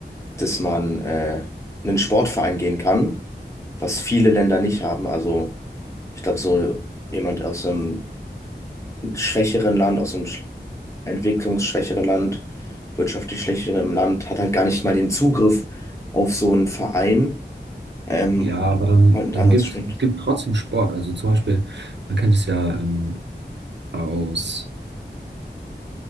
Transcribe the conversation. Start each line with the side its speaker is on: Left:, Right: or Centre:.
Left: dass man äh, in einen Sportverein gehen kann, was viele Länder nicht haben. Also ich glaube, so jemand aus einem schwächeren Land, aus einem sch- entwicklungsschwächeren Land, wirtschaftlich schwächeren Land, hat halt gar nicht mal den Zugriff auf so einen Verein ähm,
Right: Ja, aber dann,
Left: um halt mit
Right: dann
Left: anderen
Right: gibt
Left: zu spielen.
Right: es gibt trotzdem Sport. Also zum Beispiel, man kennt es ja ähm, aus